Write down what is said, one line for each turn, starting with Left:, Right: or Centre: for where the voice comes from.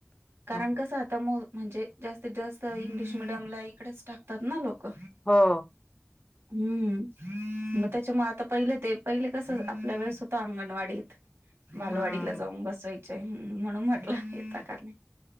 Right: कारण
Left: हं.
Right: कस आता म. म्हणजे जास्तीत जास्त इंग्लिश मिीडियम ला इकडेच टाकतात ना लोक
Left: हो.
Right: हम्म. मग त्याच्यामुळे आता पहिलं ते पहिले कस आपल्या वेळेसद्धा अंगणवाडीत बालवाडीला
Left: हम्म
Right: जाऊन बसवायचय म्हणून म्हटला येत का नाही.